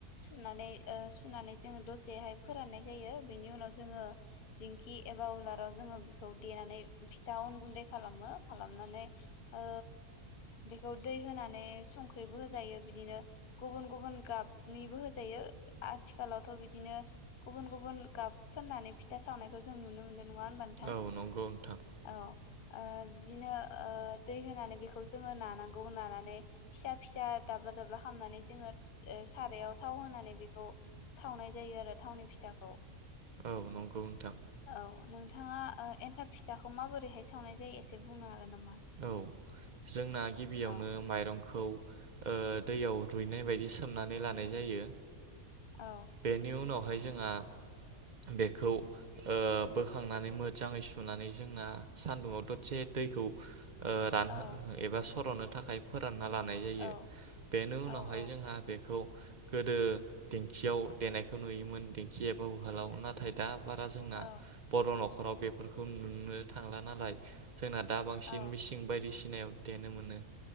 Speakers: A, on the left; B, on the right.
A: सुनानै ओ सुनानै जोङो दसेहाय फोरान्नाय जायो। बेनि उनाव जोङो दिंखि एबा उलाराव जोङो बेखौ देनानै फिथा अन गुन्दै खालामो। खालामनानै ओ बेखौ दै होनानै संख्रिबो होजायो बिदिनो गुबुन गुबुन गाबनिबो होजायो आथिखालावथ बिदिनो गुबुन गुबुन गाब फोन्नानै फिथा सावनायखौ जों नुनो मोनो। नङा होनबा नोंथां?
B: औ नंगौ नोंथां
A: औ। ओ बिदिनो ओ दै होनानै बेखौ जोङो नानांगौ नानानै फिसा फिसा दाब्ला दाब्ला खालामनानै जोङो सारायाव थाव होनानै बेखौ सावनाय जायो आरो थावनि फिथाखौ।
B: औ नंगौ नोंथां।
A: औ नोंथाङा ओ एन्थाब फिथाखौ माबोरैहाय सावनाय जायो एसे बुंनो हागोन नामा?
B: औ जोंना गिबियावनो
A: औ
B: माइरंखौ ओ दैयाव रुइनाय बायदि सोमनानै लानाय जायो।
A: औ
B: बेनि उनावहाय जोंहा बेखौ ओ बोखांनानै मोजाङै सुनानै जोंना सान्दुङाव ददसे दैखौ ओ रानहो
A: औ
B: एबा स र'नो थाखाय फोरान ना लानाय जायो।
A: औ
B: बेनि
A: औ
B: उनावहाय
A: औ
B: जोंहा बेखौ गोदो दिेंखियाव देनायखौ नुयोमोन दिेंखि एबा उहालाव नाथाय दा बारा जोंना
A: औ
B: बर' नख' राव बेफोरखौ नुनो थांला नालाय जोंना दा दिन
A: औ
B: मिसिं बायदि सिनायाव देनो मोनो।